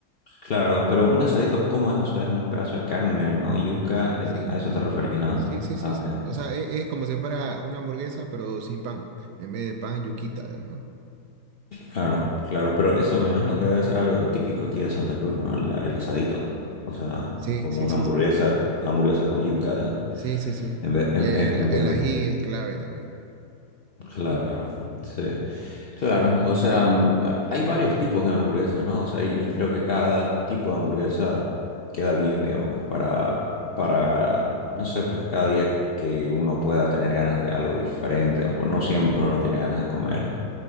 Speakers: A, on the left; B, on the right.
A: Claro, pero un asadito, ¿cómo es? O sea, es un pedazo de carne, ¿no? Yuca, eh,
B: Sí,
A: a eso te referís, ¿no?
B: Sí, sí, sí,
A: Ah, Ok,
B: sí. O sea, e- es, como si fuera una hamburguesa, pero sin pan. En vez de pan, yuquita, digamos, ¿no?
A: claro, claro, pero eso me imagino que debe ser algo típico aquí de Santa Cruz, ¿no? La- el asadito, o sea,
B: Sí,
A: como
B: sí,
A: una
B: sí,
A: hamburguesa,
B: sí.
A: hamburguesa con yuca, ¿no?
B: Sí, sí, sí.
A: En vez,
B: Y
A: en,
B: el,
A: en- en vez
B: el
A: de...
B: ají es clave también.
A: Claro, sí. Claro, o sea, mm, hay varios tipos de hamburguesa, ¿no? O sea, y y creo que cada tipo de hamburguesa queda bien, digamos, para, para, no sé, pues cada día que uno pueda tener ganas de algo diferente, digamos, pues no siempre uno tiene ganas de comer